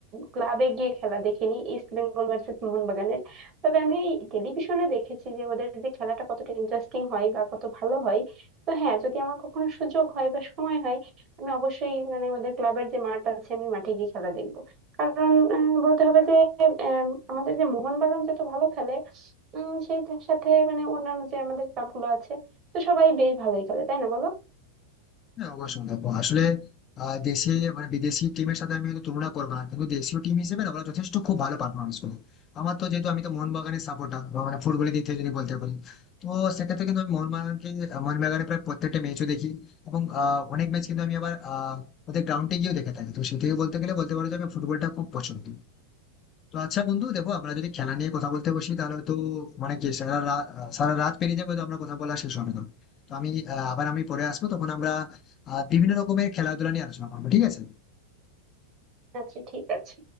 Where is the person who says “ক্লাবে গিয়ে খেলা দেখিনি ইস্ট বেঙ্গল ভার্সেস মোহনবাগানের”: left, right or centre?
Right